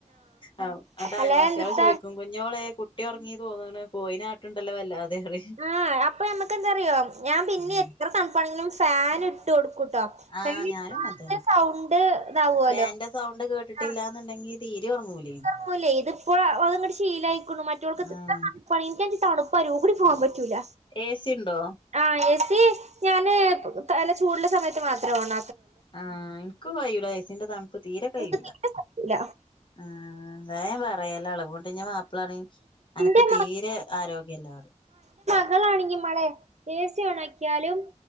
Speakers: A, on the left; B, on the right.
A: ആഹ് ന്നട്ട് അയൽവാസികള്
B: അല്ലെ എന്ത്ത്താ
A: ചോയ്ക്കും കുഞ്ഞോളെ കുട്ടി ഒർങ്ങി തോന്ന്ണ് കോഴിനെ ആട്ട്ണ്ടല്ലോ വല്ലാതെ അറിം
B: ആഹ് അപ്പൊ നമ്മക്ക് എന്താറിയോ ഞാൻ പിന്നെ
A: ഉം
B: എത്ര തണുപ്പാണെങ്കിലും ഫാന് ഇട്ട് കൊടു ക് ട്ടോ
A: ആഹ്
B: അയ്ന്
A: ഞാനും
B: ഇപ്ര
A: അങ്ങനെ തന്നെ
B: സൗണ്ട് ഇതാവല്ലോ
A: ഫാന്റെ സൗണ്ട് കേട്ടിട്ടില്ലാന്നുണ്ടെങ്കി
B: ആഹ്
A: തീരെ ഉറങ്ങൂലേ
B: ഒർങ്ങൂലേ ഇത് ഇപ്പള് അഹ്ങ്ങട്ട് ശീലായിക്ണു മറ്റൊൾക്ക് <unintelligible>
A: ആഹ്
B: തണ്പ്പ് അരൂകൂടി പോകാൻ പറ്റൂല
A: ഏ സി ഉണ്ടോ
B: ആഹ് <unintelligible> ഞാന് തല ചൂടുള്ള സമയത്ത് മാത്രെ ഓണ
A: ആഹ് എൻക്ക് <unintelligible> എസിന്റെ തണു പ്പ് തീരെ കയിയുലാ
B: എനിക്ക് തീരെ പറ്റൂല
A: ആഹ് വേം വേറെയാലെളകും അതോണ്ട്ന്നെ മാപ്പിളറയും അനക്ക്
B: എന്റെ
A: തീരെ ആരോഗ്യല്ലറയും
B: മക്കളാണെങ്കി മഴ എ സി ഒണാക്കിയാലും